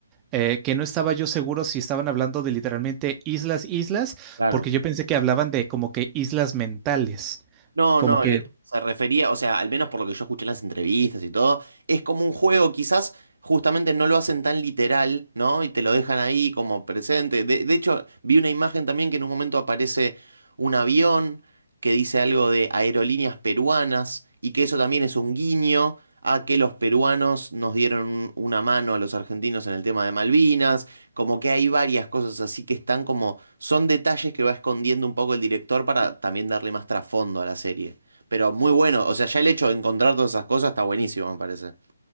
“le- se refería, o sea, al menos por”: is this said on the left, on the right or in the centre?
Right